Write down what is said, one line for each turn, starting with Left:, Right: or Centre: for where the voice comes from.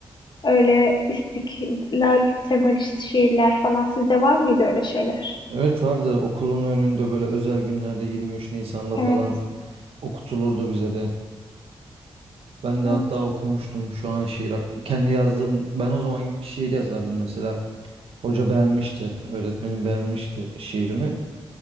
Left: Öyle istiklal temalı şiirler falan. Sizde var mıydı öyle şeyler?
Right: Evet vardı okulun önünde böyle özel günlerde 23 Nisan'da
Left: Evet,
Right: falan okutulurdu bize de. Ben de
Left: evet.
Right: hatta okumuştum şu an şiir ak- kendi yazdığım ben o zaman şiir yazardım mesela. Hoca beğenmişti, öğretmenim beğenmişti şiirimi.